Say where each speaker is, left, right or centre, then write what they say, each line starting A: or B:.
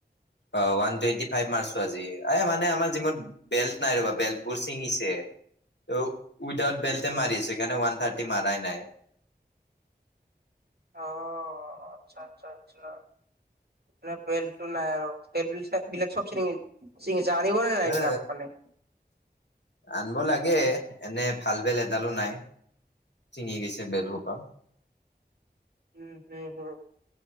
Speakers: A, on the left; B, on the right.
A: অ', ওৱান টুৱেণ্টি ফাইভ মাৰ্চো আজি, এ মানে আমাৰ যিমত বেল্ট নাই ৰবা, বেল্ট বোৰ ছিঙিছে। ত, উইদআউট বেলটে মাৰি আছে, সেইকাৰণে ৱান থাৰটি মাৰই নাই।
B: অ', আচ্ছা আচ্ছা আচ্ছা। নে বেলটো নাই আৰু, <unintelligible> তে থাকিলে, চব চিঙ চিঙিছে আনিব নে নাই এইবিলাক
A: এ
B: মানে।
A: আনিব লাগে, এনে ভাল বেলট এডালো নাই, ছিঙি গৈছে বেলট সোপা।
B: উম হুম হুম।